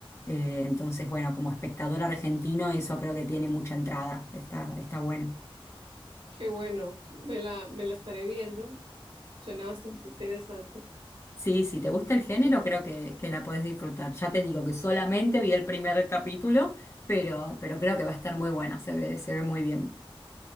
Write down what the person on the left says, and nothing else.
Eh, entonces, bueno, como espectador argentino, eso creo que tiene mucha entrada. Está, está bueno.
Sí, si te gusta el género, creo que, que la podés disfrutar. Ya te digo que solamente vi el primer capítulo, pero, pero creo que va a estar muy buena. Se ve, se ve muy bien.